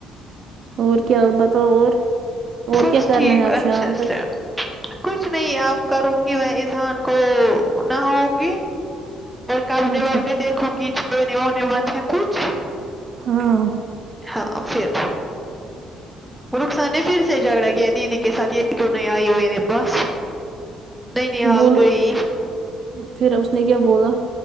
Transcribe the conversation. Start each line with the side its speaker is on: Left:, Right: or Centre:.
Right: اور کیا بتاو اور اور
Centre: بس
Right: کیا کرنا
Centre: ٹھیک
Right: ہے آب
Centre: اچھے
Right: شام تک
Centre: سے کچھ نہیں آپ کروں گی میں اسان کو نہاو نگی کپڑے
Right: اچھا
Centre: بپڈے دھو گیچ بیننے مھے کچ <unintelligible>
Right: ہاں
Centre: ہاں پھر رخسار نے پھر سے جھگڑا کیا دیدی کے ساتھ یہ کیوں نہیں آئی ہو میرے پاس نینیحال
Right: بولو
Centre: گئی
Right: پھر اس نے کیا بولا